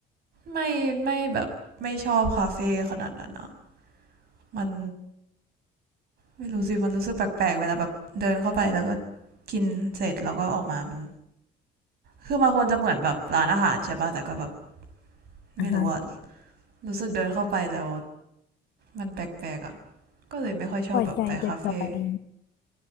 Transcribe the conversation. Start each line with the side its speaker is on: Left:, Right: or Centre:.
Right: ไม่ไม่แบบไม่ชอบคาเฟ่ขนาดนั้นอะมัน ไม่รู้สิมันรู้สึกแปลกๆเวลาแบบเดินเข้าไปแล้วก็กินเสร็จแล้วก็ออกมามันคือมันควรจะเหมือนแบบร้านอาหารใช่ป่ะแต่ก็แบบไม่รู้ว่า
Left: อ่าฮะ
Right: รู้สึกเดินเข้าไปแล้วมันแปลกๆอะก็เลยไม่ค่อยชอบแบบไปคาเฟ่
Left: ปล่อยใจจอย